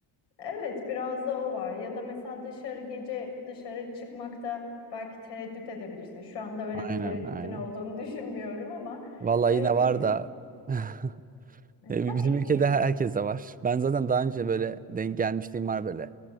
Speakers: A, on the left (about 75°); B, on the right (about 20°).
A: Evet biraz da o var. Ya da mesela dışarı gece dışarı çıkmakta belki tereddüt edebilirsin. Şu anda öyle
B: Aynen,
A: bir tereddütün
B: aynen.
A: olduğunu <laughs> düşünmüyorum ama
B: Vallahi
A: öyle
B: yine
A: bir
B: var da <laughs> E,
A: tabii
B: Bizim ülkede
A: ki.
B: her- herkes de var. Ben zaten daha önce böyle denk gelmişliğim var böyle.